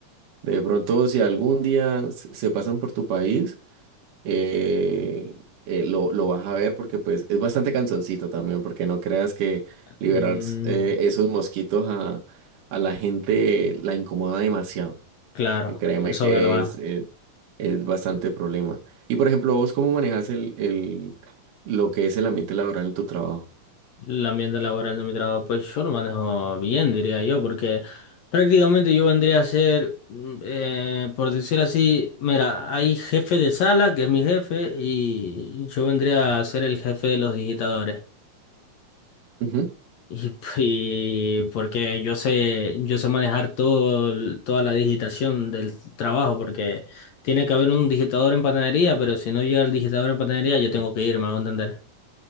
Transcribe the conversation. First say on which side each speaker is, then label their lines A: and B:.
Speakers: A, on the right (about 80°); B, on the left (about 65°).
A: De pronto, si algún día se se pasan por tu país, eh, eh, lo, lo vas a ver porque pues es bastante cansoncito también, porque no creas que liberar
B: Mm,
A: s- eh, esos mosquitos a, a la gente la incomoda demasiado.
B: claro,
A: Eh, créeme
B: eso
A: que
B: es verdad.
A: es, eh, es bastante problema. Y por ejemplo, vos, ¿cómo manejas el, el, lo que es el ambiente laboral en tu trabajo?
B: El ambiente laboral de mi trabajo, pues yo lo manejo bien, diría yo, porque prácticamente yo vendría a ser, mm, eh, por decir así, mira, hay jefe de sala, que es mi jefe, y yo vendría a ser el jefe de los digitadores.
A: Ujú.
B: <laughs> Y, y porque yo sé, yo sé manejar todo, el- toda la digitación del trabajo, porque tiene que haber un digitador en panadería, pero si no llega el digitador en panadería, yo tengo que irme, a entender.